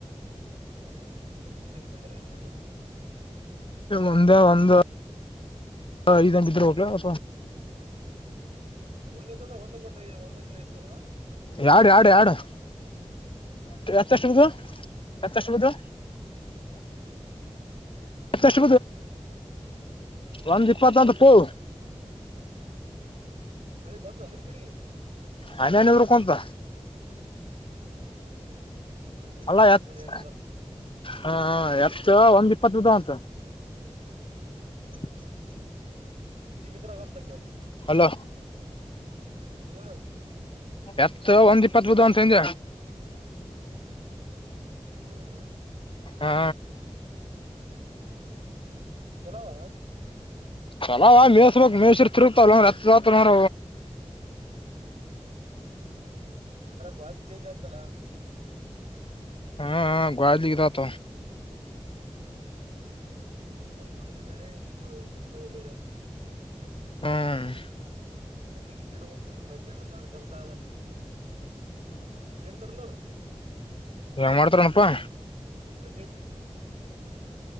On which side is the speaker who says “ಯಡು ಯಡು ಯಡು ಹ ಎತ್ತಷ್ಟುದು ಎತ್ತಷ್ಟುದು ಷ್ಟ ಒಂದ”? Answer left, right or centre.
Left